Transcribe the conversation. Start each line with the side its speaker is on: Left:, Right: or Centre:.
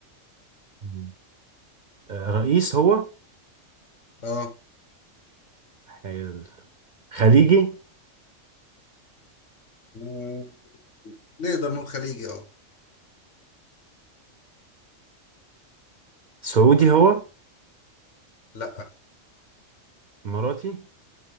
Right: مم. آه، رئيس هو
Left: اه
Right: حلو. خليجي
Left: مم، نقدر نقول خليجي اه
Right: سعودي هو
Left: لا
Right: اماراتي